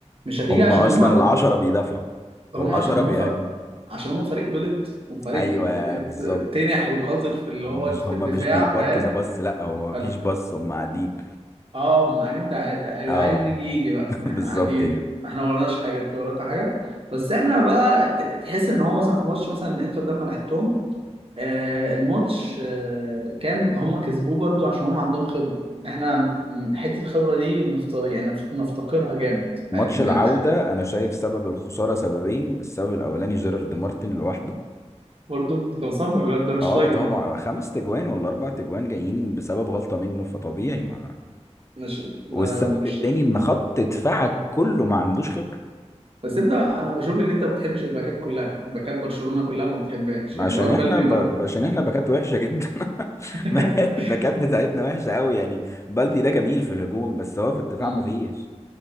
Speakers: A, on the right; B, on the left.
A: مش هتيجي
B: هم
A: عشان
B: اصلا
A: هم
B: العشرة بيدافعوا
A: هم
B: والعشرة
A: عشان هم
B: بيهاجموا
A: ف... عشان هم فريق بلط وفريق
B: ايوه بالظبط
A: تنح وقذر في اللي
B: هما
A: هو
B: مش
A: في
B: هما
A: الدفاع
B: مش بيباركزا
A: فاهم
B: بس لا هو
A: فال...
B: مفيش بس هما قاعدين
A: اه هم قاعدين تع- تع- اللي
B: اه
A: عايز يجي يجي بقى
B: <laughs>
A: احنا
B: بالظبط
A: قاعدين
B: كده
A: احنا ما وراناش حاجه انت وراك حاجه بس احنا بقى ت- تحس ان هو مثلا في ماتش مثلا الانتر ده ما لعبتهم آه، الماتش آه، كان هما كسبوه برضو عشان هما عندهم خبرة احنا م- حتة الخبرة دي نفت... يعني نف- نفتقرها جامد
B: ماتش
A: فاهم
B: العودة
A: إن ده-
B: انا شايف سبب الخسارة سببين السبب الاولاني جيرارد مارتن لوحده
A: برضو انت مصمم الواد ده مش
B: اه
A: طايقه
B: طبعا
A: أنت.
B: خمس تجوان ولا اربع تجوان جايين بسبب غلطة منه فطبيعي ما
A: مش
B: والسبب
A: آه، مش
B: التاني
A: طايقه
B: ان خط دفاعك كله ما عندوش خبرة
A: بس انت انا بشوف ان انت ما بتحبش الباكات كلها باكات برشلونة كلها ما بتحبهاش يعني
B: عشان
A: الواد
B: احنا
A: بلدي
B: ب...
A: برضو
B: عشان احنا باكات وحشة جدا <laughs>
A: <laughs>
B: ما هي الباكات بتاعتنا وحشة قوي يعني بلدي ده جميل في الهجوم بس هو في الدفاع
A: مم.
B: ما فيش